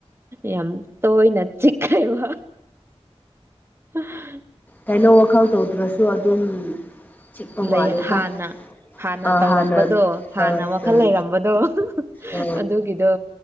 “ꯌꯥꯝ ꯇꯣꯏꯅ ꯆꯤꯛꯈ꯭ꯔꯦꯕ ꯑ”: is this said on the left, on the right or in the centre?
Right